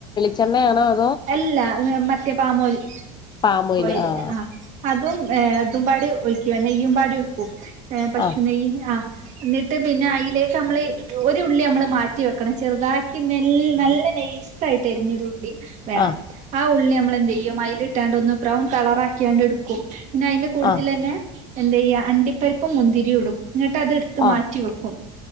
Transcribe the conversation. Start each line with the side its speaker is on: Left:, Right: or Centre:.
Left: ച്ചെണ്ണ ആണോ
Right: അല്ല മറ്റേ പാമൂലി
Left: പാമോയില്
Right: കോഴല
Left: ആഹ്
Right: ആ അതും ഏ് അതും പാടി ഒഴിക്ക നെയ്യും പാടി എടുക്കുംഏ പശു
Left: ആഹ്
Right: നെയ്യ് ആ. എന്നിട്ട് പിന്നെ അയിലേക്ക് നമ്മള് ഒരു ഉള്ളി നമ്മള് മാറ്റി വെക്കണം ചെറുതാക്കി നെ നല്ല നൈസയിട്ട് അരിഞ്ഞരുള്ളി വേണം
Left: ആഹ്
Right: ആ ഉള്ളി നമ്മൾ എന്ത് ചെയ്യും അതിലിട്ടാണ്ട് ഒന്ന് ബ്രൗൺ കളറ ആക്കിയാണ്ട് എടുക്കും. പിന്നെ അയിന്റെ കൂട്ടത്തിലന്നെ
Left: ആഹ്
Right: എന്ത ചെയ്യ അണ്ടിപ്പരിപ്പ് മുന്തിരി ഇടും ങ്ങിട്ട് അത് എടുത്ത്
Left: ആഹ്
Right: മാറ്റി വെക്കും